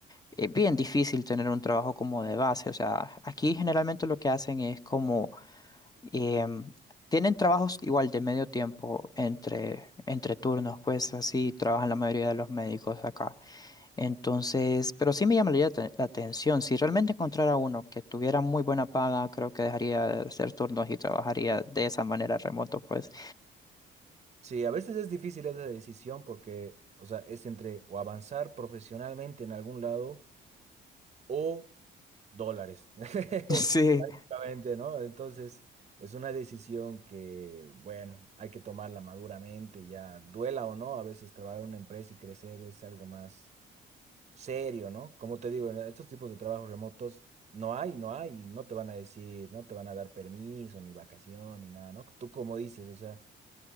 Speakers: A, on the left; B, on the right.
A: es bien difícil tener un trabajo como de base. O sea, aquí generalmente lo que hacen es como em, tienen trabajos igual de medio tiempo entre, entre turnos, pues así trabajan la mayoría de los médicos acá. Entonces, pero sí me llamaría te- la atención. Si realmente encontrara uno que tuviera muy buena paga, creo que dejaría de hacer turnos y trabajaría de esa manera remoto, pues.
B: Sí, a veces es difícil esa decisión porque, o sea, es entre o avanzar profesionalmente en algún lado o dólares. <laughs>
A: <laughs> Sí,
B: Justamente, ¿no? Entonces, es una decisión que, bueno, hay que tomarla maduramente, ya duela o no. A veces trabajar en una empresa y crecer es algo más serio, ¿no? Como te digo, en estos tipos de trabajos remotos no hay, no hay, no te van a decir, no te van a dar permiso, ni vacación, ni nada, ¿no? Tú como dices, o sea,